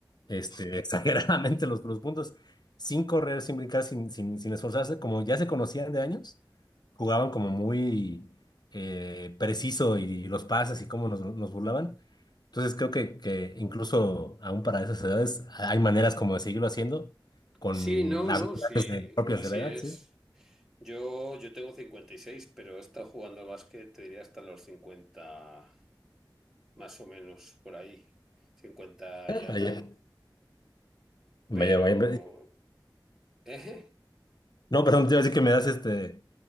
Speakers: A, on the left; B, in the centre.
A: este, <laughs> exageradamente los, los puntos, sin correr, sin brincar, sin, sin, sin esforzarse, como ya se conocían de años, jugaban como muy eh, preciso y los pases y cómo nos, nos burlaban. Entonces creo que, que incluso aún para esas edades hay maneras como de seguirlo haciendo con
B: Sí, no,
A: habilidades
B: no, sí,
A: de- propias
B: así
A: de la edad,
B: es.
A: ¿sí?
B: Yo, yo tengo 56, pero he estado jugando a básquet, te diría hasta los 50 más o menos por ahí, 50 y
A: Vaya,
B: alguno.
A: vaya,
B: Pero,
A: vaya.
B: eh,
A: No, perdón, te iba a decir que me das este